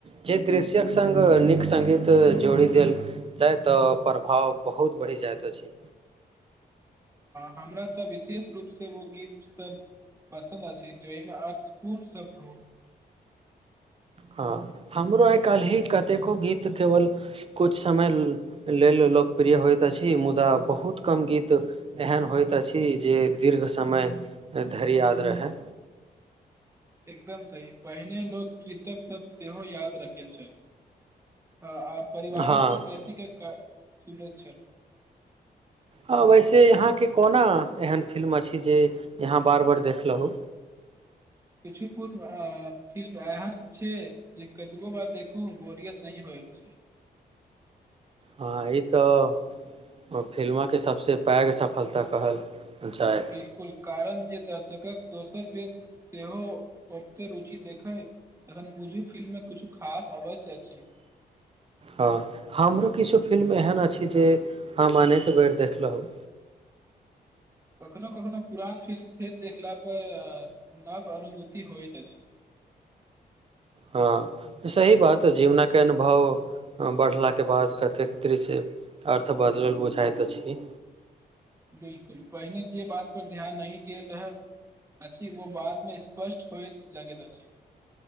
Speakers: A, on the right; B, on the right.
A: जे दृश्य्यक संघ नीक संगीत जोड़ि देल जा तऽ प्रभाव बहुत बढ़ि जाइत अछि।
B: हमरा तऽ विशेष रूप से ओ गीत सभ पसन्द अछि जो एहिमे अर्थपूर्ण शब्द ह
A: हँ हमरो आई काल्हि ही कतेको गीत केवल कुछ समय लेल लोकप्रिय होइत अछि मुदा बहुत कम गीत। एहन होइत अछि जे दीर्घ समय धरि याद रहया
B: एकदम सही पहिने लोक कित सभ सेहो याद रखल छल हँ आ परिवारक
A: हँ
B: सँ बेसी सुन छल
A: ह वैसे यहाँके कोना एहन फिल्म अछि जे यहाँ बार बार देख लू
B: किछु कोूर्ण फिल्म एहन छै। जे कदबो बार देख बोरियत नहि होय छै।
A: ह ई तऽ ओ फिल्मे सभसँ पैघ सफलता कहल जाय
B: बिल्कूल कारण जे दर्शक दोसर वेद सेहो ओते रुचि देखै तखन पूझ फिल्म मे किछु खास अवश्य अछि।
A: ह हमरो किछो फिल्म एहन अछि जे हम अनेक बेर देखलहुँ
B: कखनो कखनो पुरान फिल फिल्म देखला पर नाव अनुभूति होइत अछि
A: हँ सही बात जीवन के अनुभव बढ़ला के बाद कतेक दृश्य अर्थ बदल बुझाइत छी
B: बिल्कूल पहिने जे बात पर ध्यान नहि गेल रहत अछि वो बात मे स्पष्ट होए लगैत अछि